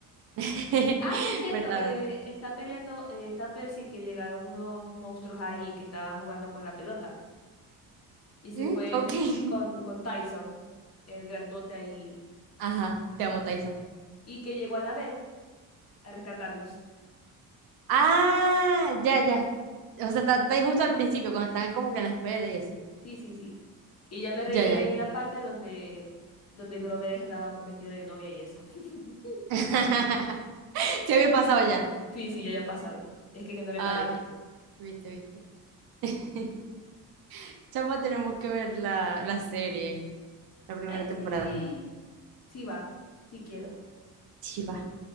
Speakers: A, on the right (about 70°); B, on the left (about 40°).
A: <laughs>
B: Ah, por cierto,
A: ¿Verdad,
B: eh,
A: verdad?
B: está peleando, eh, está Percy que llegaron unos monstruos ahí que estaban jugando con la pelota. Y se
A: ¿Mm?
B: fue
A: Ok.
B: Percy
A: <laughs>
B: con, con Tyson, el grandote ahí.
A: Ajá, te amo, Tyson.
B: Y que llegó Annabeth a rescatarlos.
A: Ah, ya, ya. O sea, está, está ahí justo al principio, cuando están como que en la escuela y eso.
B: Sí, sí, sí. Y ya me reí
A: Ya,
B: leí
A: ya.
B: la parte donde, donde Grover estaba con vestido de novia y eso. <laughs>
A: <laughs> Se había pasado ya.
B: Sí, sí, ya había pasado. Es que, que no le
A: Ah,
B: paré.
A: viste, viste, viste. <laughs> Chapa, tenemos que ver la, la serie, la primera
B: Ay,
A: temporada.
B: sí. Sí va. Sí quiero.
A: Sí, va.